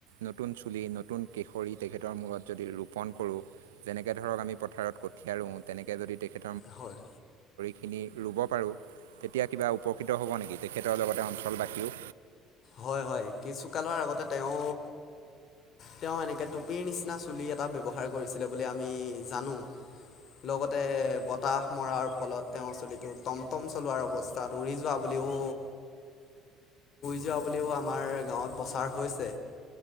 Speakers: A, on the right (about 80°); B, on the left (about 50°).
A: নতুন চুলি নতুন কেশৰী তেখেতৰ মূৰত যদি ৰোপণ কৰোঁ। যেনেকে ধৰক আমি পথাৰত কঠীয়া ৰোওঁ। তেনেকে যদি তেখে
B: হয়।
A: খিনি ৰুব পাৰোঁ। তেতিয়া কিবা উপকৃত হ'ব নেকি? তেখেতৰ লগতে অঞ্চল বাখিও।
B: হয় হয় কিছু কালৰ আগতে তেওঁ। তেওঁ এনেকে টুপিৰ নিচিনা চুলি এটা ব্যৱহাৰ কৰিছিলে বুলি আমি জানো। লগতে বতাহ মৰাৰ ফলত তেওঁ চুলিটো টমটম চলোৱাৰ অৱস্থাত উৰি যোৱা বুলি। অ। দুখীয়া বুলিও আমাৰ গাওঁ ত প্ৰচাৰ হৈছে।